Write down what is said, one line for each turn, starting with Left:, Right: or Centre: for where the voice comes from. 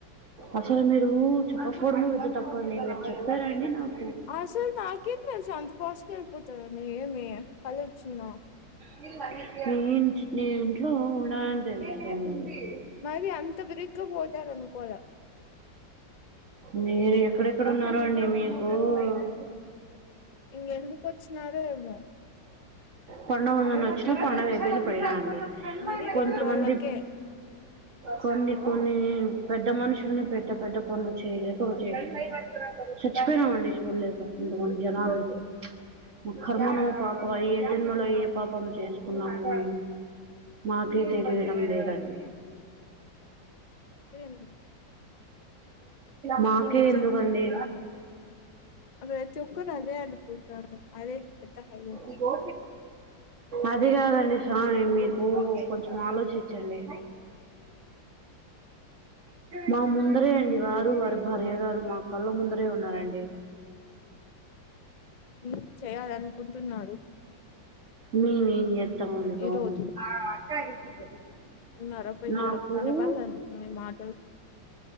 Right: అస్సలు మీరు చెప్పక్పోడమే పెద్ద తప్పండి మీరు చెప్పారాండి నాకు
Left: అస్సలు నాకేం తెల్సు అంత ఫస్ట్గా వెళ్ళిపోతారని ఏమి కలొచ్చిందా
Right: నే నేనింట్లో ఉండాలని తె <unintelligible>
Left: మరి అంత బిరిగ్గా పోతారుఅని అనుకోలే
Right: మీరెక్కడెక్కడున్నారో అండి మీకూ <unintelligible>
Left: ఇంగెందుకొచ్చినారో ఏమో
Right: పండగుందని ఒచ్చిన పండగైపోయింది పోయినాండి
Left: మరి
Right: కొంతమంది
Left: రెండు రోజులకే
Right: కొన్ని కొన్ని పెద్ద మనుషుల్ని పెద్ద పెద్ద పనులు చేయలేక ఒచ్చే చచ్చిపోయినామండి చూడ్లేక కొంతమంది జనాలు మా కర్మను పాప అయ్య ఎ జన్మలో ఏ పాపం చేసుకున్నామో మాకే తెలియడం లేదండి
Left: అంటేంది
Right: మాకే
Left: నిజం
Right: ఎందుకండి
Left: ప్రతి ఒక్కరు అదే అనుకుంటారు అదే పెద్ద హైలైట్
Right: ఇగో అది గాదండి సామి మీకు కొంచెం ఆలోచించండి మా ముందరే అండి వా రు వారి భార్య గారు మా కళ్ళ ముందరే ఉన్నారండి
Left: ఏం చేయాలనుకుంటున్నారు
Right: మేమేంజేత్తమండి బాబు
Left: ఈ రోజు
Right: <unintelligible>
Left: ఉన్నార పోయినర
Right: నాకు
Left: వినపడలే నాకి మీ మాటలు